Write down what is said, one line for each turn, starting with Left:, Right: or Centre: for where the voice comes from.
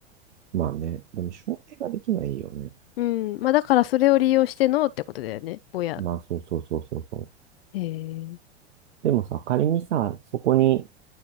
Right: まあね。でも証明ができないよね。
Left: うん。まあ、だからそれを利用してのってことだよね。ぼや。
Right: まあそうそうそうそうそう。
Left: へえ。
Right: でもさ、仮にさ、そこに